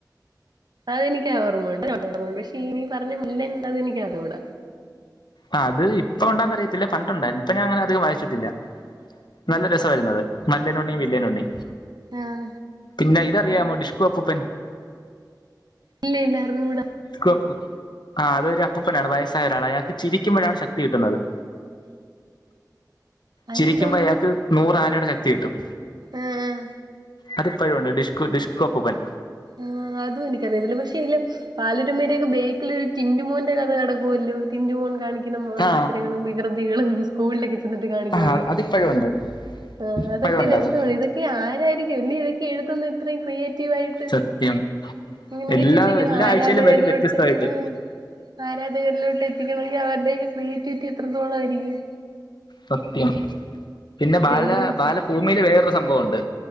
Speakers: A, on the right; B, on the left.
A: അതെനിക്ക് ഓർമ്മുണ്ട് ർണ്ട് പക്ഷെ നീ പറഞ്ഞ മില്ലൻ കഥ അതെനക്ക് അറിഞ്ഞൂടാ
B: ആ അത് ഇപ്പൊ ഉണ്ടാന്ന് അറിയത്തില്ല പണ്ട ഉണ്ടായിരുന്നു ഇപ്പൊ ഞാൻ അങ്ങനെ അധികം വായിച്ചിട്ടില്ല നല്ല രസവായിരുന്നത് മല്ലന ഉണ്ണിയും വില്ന ഉണ്ണിയും
A: ആഹ
B: പിന്നെ ഇതറിയാമോ ഡിഷ്കോഅപ്പൂപ്പൻ
A: ഇല്ല ഇല്ല അറിഞ്ഞൂടാ
B: അപ്പൂപ്പൻ ആ അതൊരു അപൂപ്പനാണ് വയസ്സായ ഒരാൾ അയാൾക്ക് ചിരിക്കുമ്പോഴാണ് ശക്തി കിട്ടുന്നത്
A: അതെന്തോന്ന്
B: ചിരിക്കുമ്പോ അയാൾക്ക് നൂർ ആനയുടെ ശക്തി കിട്ടും
A: ആഹ്
B: അതിപ്പോഴുണ്ട് ഡിഷ്കു ഡിഷ്കു അപ്പുപ്പൻ
A: ആഹ അതും എനിക്കറിയതില്ല പക്ഷേ അതില് ബാലരുമേടൊക്കെ ബേക്കിൽ ഒരു ടിന്റുമോന്റെ കഥ കടക്കുവല്ലോ ടിന്റുമോൻ കാണിക്കുന്ന മണ്ടത്തരങ്ങളും
B: ആ
A: വികൃതികളും സ്കൂളിലൊക്കെ ചെന്നിട്ട് കാണിക്കുന്നത്
B: ആ അതിപ്പോഴും ഉണ്ട്
A: ആഹ്
B: ഇപ്പോഴും
A: അതൊക്കെ
B: ഉണ്ട്
A: രസമാണ്
B: അത്
A: ഇതൊക്കെ ആരായിരിക്കും ഇല്ല ഇതൊക്കെ ആരായിരിക്കും എഴുത്തന്ന് ഇത്രയും ക്രിയേറ്റീവ് ആയിട്ട്
B: സത്യം
A: ഇങ്ങനെയൊക്കെ
B: എല്ലാ
A: ചിന്തിക്കണം
B: എല്ലാ
A: ആരാധകരിലോട്ട്
B: ആഴ്ചയിലും വരും വ്യത്യസ്തമായിട്ട്
A: ആഹ് ആരാധകരിലോട്ട് എത്തിക്കണെങ്കിൽ അവരുടെയക്കെ ക്രിയേറ്റിവിറ്റി എത്രത്തോളം ആയിരിക്കും
B: സത്യം പിന്നെ
A: അവരെന്തോരം
B: ബാല
A: ചി
B: ബാലഭൂമിയില് വേറൊരു സംഭവം ഉണ്ട്